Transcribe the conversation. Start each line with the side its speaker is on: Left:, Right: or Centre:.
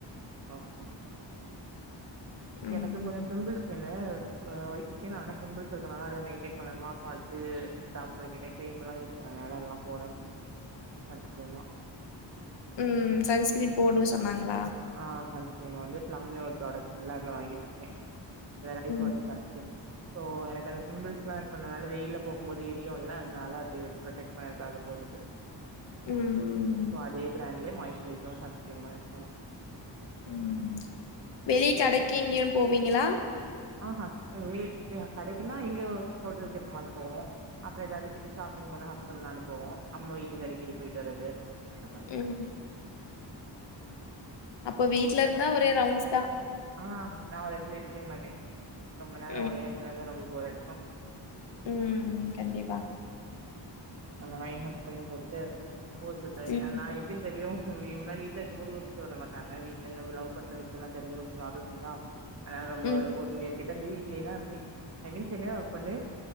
Right: ஓகே ஓகே
Left: ம்
Right: எனக்கு கொஞ்ச பிம்பிள்ஸ் ய்ட் ஸ்கின் வ ஒயிட் ஸ்கின் ஆனா பிம்பிள்ஸ் இருக்கனால அத மெயின்டென் பண்ணணுமா சோ அதுக்கு டாக்டர் கிட்ட கிரீம்லா யூஸ் பண்ணனால அதெல்லா போடனும் சன்ஸ் கிரீம்லா
Left: ம் சன்ஸ்கிரீம் போடு சொன்னாங்களா
Right: ஆ சன்ஸ்கிரீம் வந்து ப்ளம்னு ஒரு ப்ராடக்ட் ஃபுல்லா இதுல வாங்கி வச்சிருக்க வேற ஐஸ்
Left: ம்
Right: வாட்டர் சன்ஸ்கிரீம் சோ எனக்கு அந்த பிம்பிஸ் லா இருக்கனால வெயில போகும் போது எரியுல்ல அதனால அது ப்ரோடக்ட் பையக்காக போடுறது
Left: ம்
Right: சோ அதே பிராண்லே மாய்ஸ்ரைசரும் சன்ஸ்கிரீமு இருக்கனு
Left: ம் வெளிய கடைக்கு ஏங்கயு போவீங்களா
Right: ஆ ம் கடைக்குனா இங்க ஹோட்டலுக்கு ஏப்ப மாரி போவோ அப்றோ ஏதாவது கிட்ட ஷாப்பிங் போணா ஹஸ்பண்ட் நானும் போவோம் அம்மா வீட்டுக்கு அடிக் கடி போயிட்டு வறது அந்த மாரி
Left: ம் அப்போ வீட்ல இருந்தா ஒரே ரவுண்ட்ஸ் தா
Right: ஆ நா ஒரு எடத்துல இருக்கே மாட்டே ரொம்ப நேரோ
Left: ம்
Right: ஒரே எடத்துல இருந்தா ரொம்ப போர் அடிக்கும்
Left: ம் கண்டிப்பா
Right: அன மயன்வாஷ் பன்னி குத்து ஊர்சுத்தாவே
Left: ம்
Right: நா இப் அப்டினு தெரியும் முன்னாடி வீட்ல இருக்கும்போது ஊர்சுத்த விட மாட்டங்க வீட்ல இருந்த லவ் பண்ற விசயல்லா தெரிஞ்சி ஒரு ப்ரோப்லம் அதா ஆனால ரொம்ப
Left: ம்
Right: ஒன் இயர் கிட்ட அப்டியே வீட்லயே தா இந்தே ஐ மீன்ஸ் சென்னைலதா ஒர்க் பண்ணே